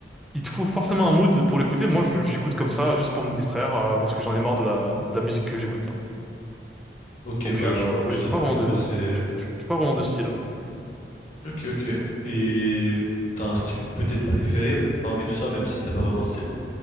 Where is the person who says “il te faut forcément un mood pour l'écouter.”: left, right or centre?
Centre